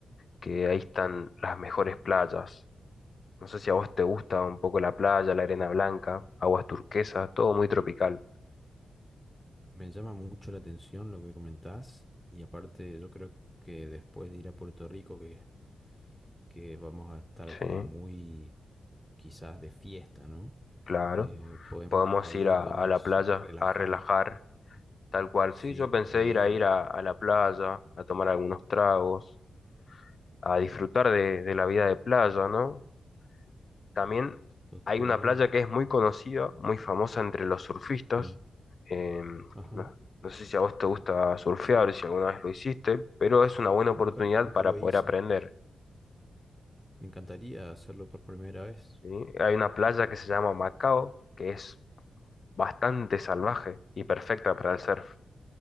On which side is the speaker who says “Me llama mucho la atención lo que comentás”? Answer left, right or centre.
Centre